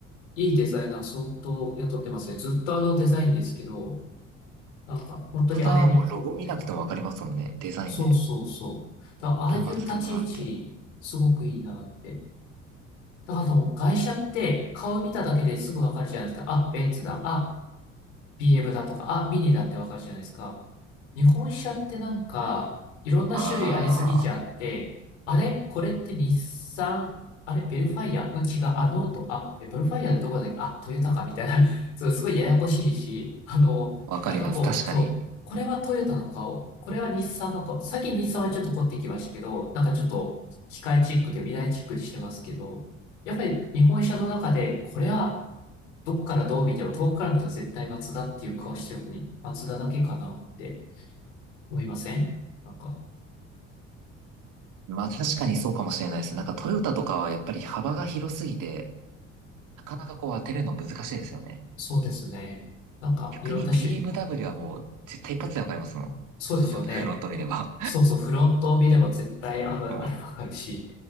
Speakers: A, on the left; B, on the right.
A: いいデザイナー相当雇ってますね。ずっとあのデザインですけど、なんか本当にあれに凝ってる。
B: 松田はもうロゴ見なくてもわかりますもんね。デザインで。
A: そうそうそう。だからああいう立ち位置、
B: これは松田だなって。
A: すごくいいなって。だからあの、外車って顔見ただけですぐわかるじゃないですか。あ、ベンツだ。あ、BM だとか、あ、ミニだってわかるじゃないですか。日本車ってなんか、いろんな種類ありすぎちゃって、
B: あ
A: あれこれって日産あれベルファイアうん違う。あ、ノート。あ、え、ベルファイアでどこだっけあ、トヨタかみたいな。<laughs> そう、すごいややこしいし、あの、
B: あ、わかります。
A: なんかこう、
B: 確かに。
A: そう、これはトヨタの顔、これは日産の顔。さっき日産はちょっと凝ってきましたけど、なんかちょっと機械チックで未来チックにしてますけど、やっぱり日本車の中で、これはどこからどう見ても、遠くから見ても絶対松田っていう顔してるのに、松田だけかなって。思いませんなんか、
B: まあ確かにそうかもしれないです。なんかトヨタとかはやっぱり幅が広すぎて、なかなかこう当てるの難しいですよね。
A: そうですね。なんか、
B: 逆に
A: いろんな種類が。
B: BMW はもう絶対一発でわかりますもん。
A: そうですよね。
B: あの、フロント見れば。
A: そうそう、フロントを見れば絶対、あの、
B: <laughs> も
A: あれわかるし、